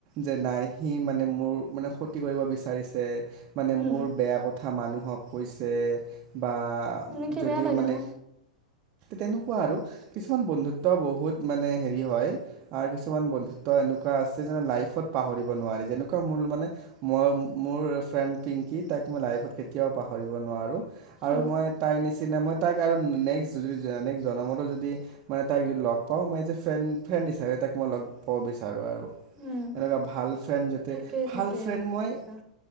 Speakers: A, on the right; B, on the right.
A: যে নাই সি মানে মোৰ মানে ক্ষতি কৰিব বিচাৰিছে। মানে
B: উম,
A: মোৰ বেয়া কথা মানুহক। কৈছে বা
B: এনেকে
A: যদিও
B: বেয়া লাগে
A: মানে
B: ন
A: তেনেকুৱা আৰু, কিছুমান বন্ধুত্ব বহুত মানে হেৰি হয় আৰু কিছুমান বন্ধুত্ব ত এনেকুৱা আছে যে লাইফত পাহৰিব নোৱাৰি যেনেকুৱা মোৰ মানে, মই, মোৰ ফ্ৰেণ্ড পিংকি তাক মই লাইফত কেতিয়াও পাহৰিব নোৱাৰোঁ। আৰু
B: উম,
A: মই তাই নিচ সিদিনা মই তাক, আৰু নেক্সট যদি, নেক্সট জনমতো যদি মানে তাইক যদি লগ পাওঁ মই এজ এ ফ্ৰেণ্ড ফ্ৰেণ্ড হিচাপে তাক মই লগ পাব বিচাৰোঁ। আৰু
B: উম,
A: এনেকুৱা ভাল ফ্ৰেণ্,
B: থাকেই
A: ভাল
B: থাকে
A: ফ্ৰেণ্,
B: এনেকুৱা
A: মই